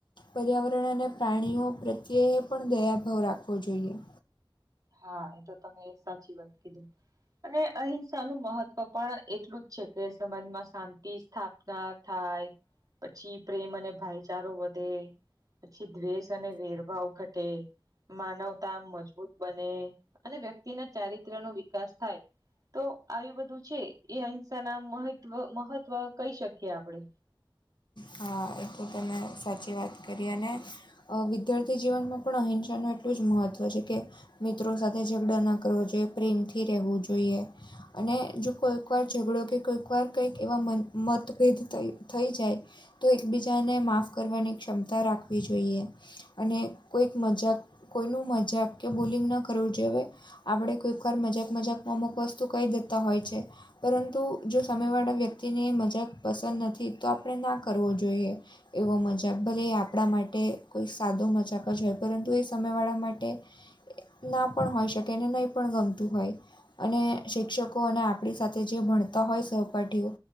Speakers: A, on the left; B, on the right.
A: પર્યાવરણ અને પ્રાણીઓ પ્રત્યે પણ દયાભાવ રાખવો જોઈએ.
B: હા એ તો તમે સાચી વાત કીધું. અને અહિંસા નું મહત્વ પણ એટલું જ છે કે સમાજમાં શાંતિ થાપતાં થાય પછી પ્રેમ અને ભાઈચારો વધે પછી દ્વેષ અને વેરભાવ ઘટે માનવતા મજબૂત બને અને વ્યક્તિના ચારિત્ર નો વિકાસ થાય તો આવી બધું છે એ અહિંસા ના મહિત્વ મહત્વ કઇ શકીએ આપડે
A: હા એ તો તમે સાચી વાત કરી અને અ વિદ્યાર્થી જીવનમાં પણ અહિંસાનું એટલું જ મહત્ત્વ છે કે મિત્રો સાથે ઝઘડા ના કરવો જોઈએ પ્રેમથી રહેવું જોઈએ. અને જો કોઈકવાર ઝઘડો કે કોઈકવાર કંઈક એવા મન મતભેદ થઇ થઈ જાય. તો એકબીજાને માફ કરવાની ક્ષમતા રાખવી જોઈએ. અને કોઈક મજાક કોઈનું મજાક કે બોલિંગ ન કરવું જોઈએ અવે. આપડે કોઈકવાર મજાક મજાકમાં અમુક વસ્તુ કઇ દેતા હોય છે. પરંતુ જો સામે વાળા વ્યક્તિને એ મજાક પસંદ નથી તો આપણે ના કરવો જોઈએ. એવો મજાક ભલે એ આપડા માટે કોઈ સાદો મજાક જ હોય પરંતુ એ સામેવાળા માટે એ ના પણ હોય શકે એને નઇ પણ ગમતું હોય. અને શિક્ષકો અને આપડી સાથે જે ભણતા હોય સહપાઠીઓ